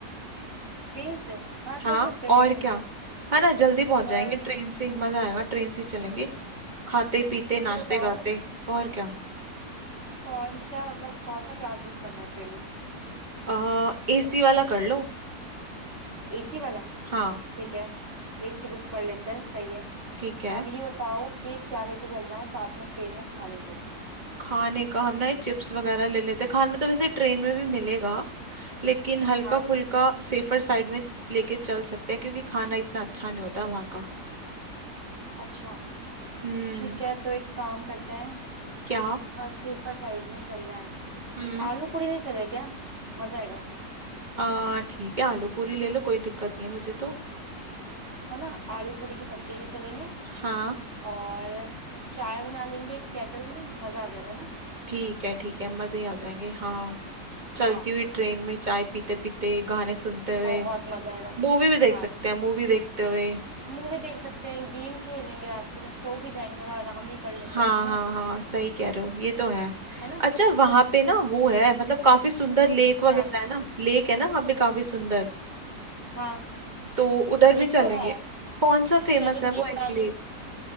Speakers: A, on the right (about 45°); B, on the right (about 30°).
A: ट्रेन से हाँ
B: हाँ
A: चल सकते हैं
B: और
A: ट्रेन से
B: क्या है ना जल्दी पहुंच
A: पर
B: जाएंगे ट्रेन से ही मजा आएगा ट्रेन से ही चलेंगे खाते पीते नाचते
A: ये बताओ
B: गाते और क्या
A: कौन सा मतलब कौन सा क्लास बुक करना है ट्रेन में
B: आ, एसी वाला कर लो
A: एसी वाला
B: हाँ
A: ठीक है एसी बुक कर लेते हैं सही है
B: ठीक है
A: अब ये बताओ कि क्या लेके चलना है साथ में ट्रेन में खाने को
B: खाने का हम ना ये चिप्स वगैरह ले लेते हैं। खाना तो वैसे ट्रेन में भी मिलेगा लेकिन हल्का
A: हाँ
B: फुल्का सेफर साइड में लेके चल सकते हैं क्योंकि खाना इतना अच्छा नहीं होता वहाँ का
A: अच्छा
B: हम्म
A: ठीक है तो एक काम करते हैं
B: क्या
A: हाँ सेफा साइड में चलना है
B: हम्म
A: आलू पूरी ले चले क्या मजा आएगा
B: आ ठीक है आलू पूरी ले लो कोई दिक्कत नहीं है मुझे तो
A: है ना आलू पूरी की सब्जी ले चलेंगे
B: हाँ
A: और चाय बना लेंगे एक केटल में मजा आ जाएगा ना
B: ठीक है ठीक है मजे ही आ जाएंगे हाँ चलती
A: हाँ
B: हुई ट्रेन में चाय पीते पीते गाने सुनते हुए
A: बहुत मजा आएगा
B: मूवी भी देख
A: हाँ
B: सकते हैं मूवी देखते हुए
A: मूवी देख सकते हैं गेम खेल लेंगे रास्ते में सो भी जाएंगे थोड़ा आराम भी कर
B: हाँ
A: लेंगे है ना
B: हाँ हाँ सही कह रहे हो ये तो है
A: है ना
B: अच्छा वहां पे ना वो है मतलब काफी सुंदर लेक वगैरह
A: क्या
B: है ना लेक है ना वहां पे काफी सुंदर
A: हाँ
B: तो उधर
A: लेक
B: भी चलेंगे
A: तो है
B: कौन सा फेमस
A: चलेंगे
B: है वो एक
A: पहले
B: लेक